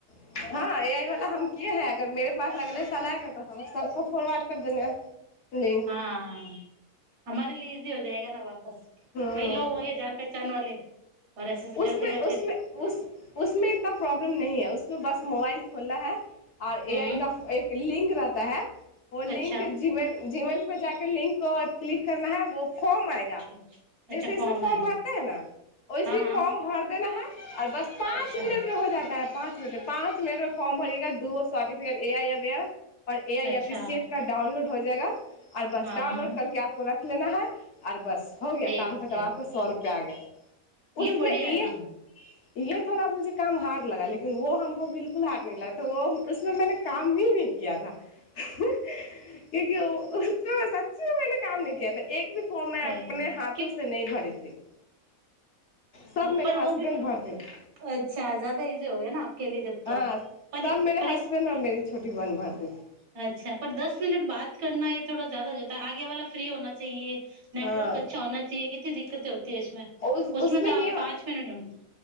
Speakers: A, on the left; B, on the right.
A: <unintelligible> <unintelligible>
B: <unintelligible>
A: हम्म
B: ऐसे ऐसे
A: <unintelligible>
B: करते करते
A: <unintelligible>
B: हम्म अच्छा
A: <unintelligible>
B: अच्छा
A: <unintelligible>
B: अच्छा अच्छा फॉर्म आएगा हाँ हाँ अच्छा।
A: <unintelligible> <unintelligible>
B: अच्छा हाँ
A: <unintelligible>
B: ठीक छै
A: <unintelligible>
B: ये बढ़िया <inaudible>
A: <unintelligible> <unintelligible> <unintelligible>
B: सही है क्योंकि <unintelligible>
A: सब मेरे हस्बैंड भर देते <unintelligible>
B: तो पर पर इस <unintelligible> <unintelligible>
A: हाँ उस उसमें ये